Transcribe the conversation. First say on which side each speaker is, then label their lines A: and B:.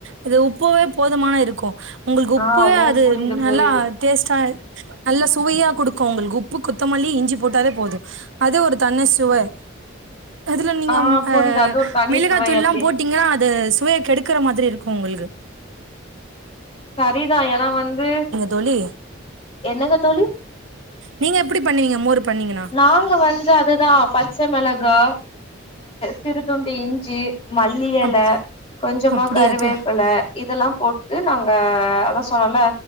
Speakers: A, on the right (about 70°); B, on the left (about 30°).
A: அது உப்பவே போதுமான இருக்கும் உங்களுக்கு
B: ஆ
A: உப்பவே
B: ஓ
A: அது
B: புரியுது
A: நல்லா
B: புரியுது
A: டேஸ்டா நல்லா சுவை சுவைய குடுக்கும் உங்களுக்கு உப்பு கொத்தமல்லி இஞ்சி போட்டாவே போதும் அது ஒரு தனி சுவை அதுல நீங்க
B: ஆ புரியுது
A: அ
B: அது ஒரு தனி
A: மிளகா
B: சுவை
A: தூள்ல்லாம்
B: அப்டி
A: போட்டீங்கன்னா அது சுவையை கெடுக்கிற மாதிரி இருக்கும் குஉங்களுக்கு
B: சரிதான் ஏன்னா வந்து
A: தோழி?
B: என்னங்க தோழி
A: நீங்க எப்படி பண்ணுவீங்க மோர் பண்ணீங்கன்னா?
B: நாங்க வந்து அதுதான் பச்சை மிளகாய சிறுதுண்டு இஞ்சி மல்லிஇலை
A: அப்
B: கொஞ்சமா
A: அப்டியா
B: கருவேப்பிலை
A: தோழி
B: இதெல்லாம் போட்டு நாங்க அத சொன்ன இல்ல